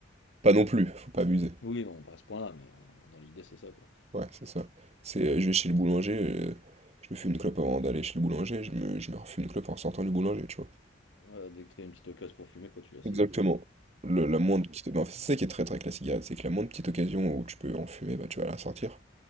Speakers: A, on the right; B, on the left.
A: Pas non plus, faut pas abuser.
B: Oui, bon, pas à ce point-là, mais en- dans l'idée, c'est ça, quoi.
A: Ouais, c'est ça. C'est, euh, je vais chez le boulanger, euh, je me fume une clope avant d'aller chez le boulanger, je me, je me refume une clope en sortant du boulanger, tu vois.
B: Ouais, dès que t'as une petite occasion pour fumer, quoi, tu la saisis.
A: Exactement. Le- la moindre
B: Ouais.
A: petite... ben, c'est ça qui est très très avec la cigarette, c'est que la moindre petite occasion où tu peux en fumer, bah tu vas la sortir.